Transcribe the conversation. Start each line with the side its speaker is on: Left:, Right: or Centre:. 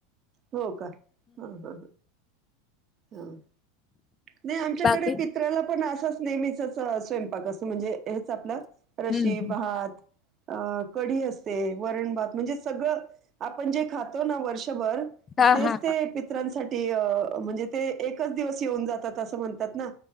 Right: हो का ह हो. हा नाही आमच्याकडे
Left: बाकी
Right: पित्र्याला पण असं. नेहमीच स्वयंपाक अस म्हणजे हेच आपलं रशी
Left: हम्म
Right: भात. अ कढी असते वरण भात म्हणजे सगळं आपण जे खातो ना वर्षभर.
Left: हा
Right: तेच
Left: हा
Right: ते पित्रांसाठी म्हणजे ते एकच दिवस. न जातात अस म्हणतात ना